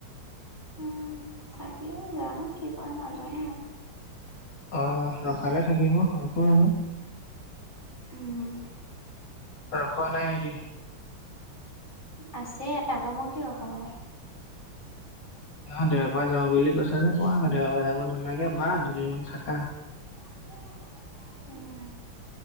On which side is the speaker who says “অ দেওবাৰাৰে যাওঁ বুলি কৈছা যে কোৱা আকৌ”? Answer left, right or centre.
Left